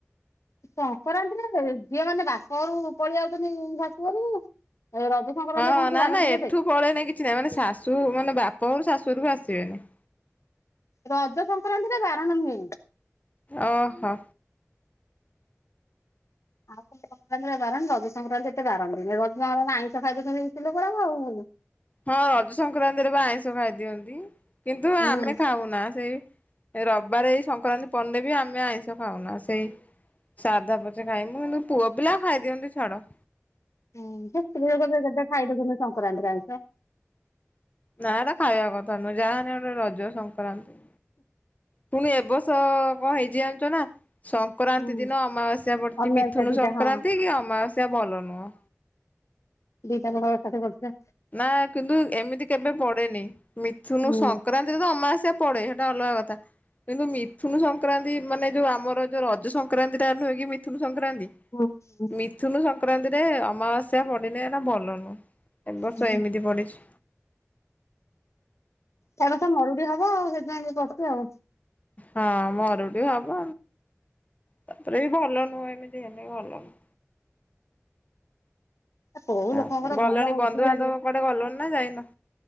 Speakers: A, on the left; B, on the left.
A: ସଂକ୍ରାନ୍ତିରେ ଝିଅ ମାନେ, ବାପ ଘରୁ ପଳେଇ ଆଉଚନ୍ତି ଶାଶୁ ଘର କୁ ରଜ। ସଂକ୍ରାନ୍ତି
B: ହଁଁ
A: କଣ କିଏ
B: ନା
A: ବାରନ୍ତି
B: ନା
A: କେତେ
B: ଏଠୁ ପଳେଇନାଇଁ କିଛି ନାହିଁ। ମାନେ ଶାଶୁ ମାନେ ବାପ ଘରୁ ଶାଶୁ ଘର କୁ ଆସିବେନି।
A: ରଜ ସଂକ୍ରାନ୍ତି ରେ ବାରଣ ହୁଏ ନି।
B: ଅହ।
A: ଆଉ କଉ ସଂକ୍ରାନ୍ତି ରେ ବାରଣ। ରଜ ସଂକ୍ରାନ୍ତିରେ ଏତେ ବାରନ୍ତିନି। ରଜ ସଂକ୍ରାନ୍ତି ଆଇଁଷ ପାଇଁଷ ଖାଇ ଦଉଚନ୍ତି ସ୍ତ୍ରୀ ଲୋକଗୁରା ଆଉ।
B: ହଁ ରଜ ସଂକ୍ରାନ୍ତିରେ ବା ଆଇଁଷ ଖାଇଦିଅନ୍ତି। କିନ୍ତୁ
A: ହୁଁ
B: ଆମେ ଖାଉନା ସେଇ ରବିବାର ଏଇ ସଂକ୍ରାନ୍ତି ପିଡିଲେବି। ଆମେ ଆଇଁଷ ଖାଉନା ସେଇ ସାଧା ପଛେ ଖାଇବୁ କିନ୍ତୁ ପୁଅ ପିଲା ଖାଇ ଦିଅନ୍ତି, ଛାଡ।
A: ହୁଁ ସେ ସ୍ତ୍ରୀ ଲୋକଗୁରା <unintelligible> ଖାଇଦଉଚନ୍ତି ସଂକ୍ରାନ୍ତିରେ ଆଇଁଷ।
B: ନା ଏଟା ଖାଇବା କଥା ନୁହଁ। ଯାହାହେଲେ ଏଟା ରଜ ସଂକ୍ରାନ୍ତି। ପୁଣି ଏ ବର୍ଷ କଣ ହେଇଚି ଜାଣିଚ ନା? ସଂକ୍ରାନ୍ତି
A: ହୁଁ
B: ଦିନ ଅମାବାସ୍ୟା ପଡିଚି।
A: ଅମାବାସ୍ୟା
B: ମିଥୁନୁ
A: ଦିଟା
B: ସଂକ୍ରାନ୍ତି
A: ହଁ
B: କି ଅମାବାସ୍ୟା ଭଲ ନୁହେଁ।
A: ଦି ଟା ଯାକ ଏକାଠି ପଡିଚି ବା।
B: ନା କିନ୍ତୁ ଏମିତି କେବେ ପଡେନି। ମିଥୁନୁ
A: ହୁଁ
B: ସଂକ୍ରାନ୍ତି ଅମାବାସ୍ୟା ପଡେ ସେଟା ଅଲଗା କଥା ସଂକ୍ରାନ୍ତି ମାନେ ଯୋଉ ଆମର, ଯୋଉ ରଜ ସଂକ୍ରାନ୍ତି ଟା ନୁହେଁ କି ମିଥୁନୁ ସଂକ୍ରାନ୍ତି।
A: ଓ ହୋ।
B: ମିଥୁନୁ ସଂକ୍ରାନ୍ତିରେ ଅମାବାସ୍ୟା ପଡ଼ିଲେ ଏଇଟା ଭଲ ନୁହଁ। ଏ ବର୍ଷ
A: ହୁଁ।
B: ଏମିତି ପଡିଚି।
A: ତା ପରେ ତ ମରୁଡି ହେବ ଆଉ। ସେଥିପାଇଁ ଟିକେ କରୁଚି ଆଉ।
B: ହଁ, ମରୁଡି ହବ। ତା ପରେ ବି ଭଲ ନୁହଁ। ଏମିତି ହେଲେ ଭଲ ନୁହଁ।
A: କୋଉ ଲୋକଙ୍କର
B: ଆଉ ଗଲଣି
A: ଭଲ ହଉଛି
B: ବନ୍ଧୁବାନ୍ଧବ,
A: କି
B: କୁଆଡେ ଗଲଣି ନା ଯାଇନ?